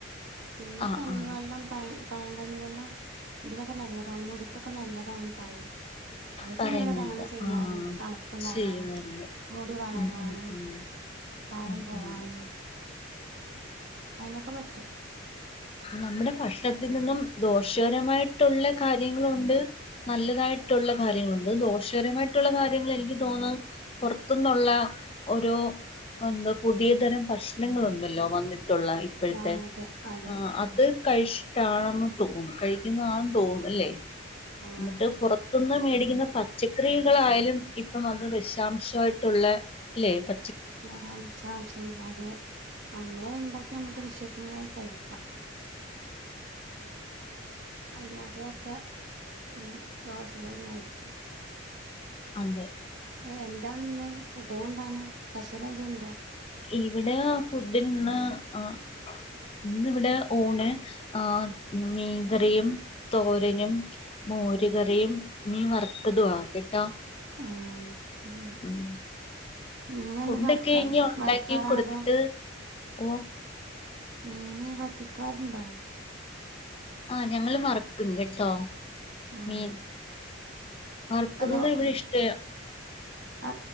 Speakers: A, on the right (about 65°); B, on the left (about 30°).
A: പിന്നെ
B: ആ
A: കഞ്ഞിവള്ളം
B: ആ
A: പ പയം കഞ്ഞിവെള്ളം ഇതിനെ നല്ലതാണ് മുടിക്കൊക്കെ നല്ലതാണ് പറയും അത്
B: പറയുന്നേക്കാം
A: ചെലവരൊക്കെ അങ്ങനെ ചെയ്യാറുണ്ട്
B: ആ
A: തണ്പ്പുണ്ടാവാനും
B: ചെയ്യുന്നുണ്ട്
A: മുടി വളരാനും
B: ഉം ഉം ഉം
A: താരം
B: ഉം
A: പോവാനും
B: ഉം
A: അയ്നൊക്കെ പറ്റും
B: നമ്മുടെ ഭക്ഷണത്തിൽ നിന്നും ദോഷകരമായിട്ടുള്ള കാര്യങ്ങളുണ്ട് നല്ലതായിട്ടുള്ള കാര്യങ്ങളുണ്ട് ദോഷകരമായിട്ടുള്ള കാര്യങ്ങള് എനിക്ക് തോന്ന് പോറത്ത്ന്നുള്ള ഓരോ എന്താ പുതിയതരം ഭക്ഷണങ്ങുണ്ടല്ലോ വന്നി ട്ടുള്ള ഇപ്പോഴത്തെ
A: ആ അതെ അതെ
B: ആ അത് കഴിഷിട്ടാണെന്ന് തോന്നും കഴിക്കുന്ന ആന്ന് തോന്ന് ല്ലേ
A: ആഹ്
B: എന്നിട്ട് പുറ ത്ത്‌ന്ന് മേടിക്കുന്ന പച്ചക്കറികളായാലും ഇപ്പം വന്ന് വിഷാംശമായിട്ടുള്ള അല്ലെ പ
A: ആ വിശാംശങ്ങള അതെ നമ്മള് ണ്ടാക്കി നമ്മുക്ക് വിശ്വസീനിയായി കയിക്കാ അല്ലാത്തതൊക്കെ പിന്നെ ദോഷകരന്നായിരിക്കും
B: അതെ
A: എന്താണ് ഇന്ന് ഫുഡിന് എന്താണ് സ്പെഷ്യൽ എന്തേ ഉണ്ടോ
B: ഇവിടെ ഫുഡിനിന്ന് ആ ഇന്നിവിടെ ഊണ് ആ മീൻകറിയും, തോരനും, മോരുകറിയും, മീൻ വറത്തതുവാ കേട്ടോ
A: ആഹ് അതെ
B: ഉം
A: മീനൊന്ന്
B: ഫുഡ്
A: വറക്ക
B: ഒക്കെ ഇനി ഒണ്ടാക്കി
A: വറക്കാറാണോ
B: കൊടുത്തിട്ട്
A: അതോ
B: ഓ
A: മീന് വറ്റിക്കാറ്ണ്ടാ
B: ആഹ് ഞങ്ങള് വറക്കും കേട്ടോ
A: ആഹ്
B: മീൻ വറക്കുന്നത്
A: അല്ല
B: ഇവിടെ ഇഷ്ടം
A: അ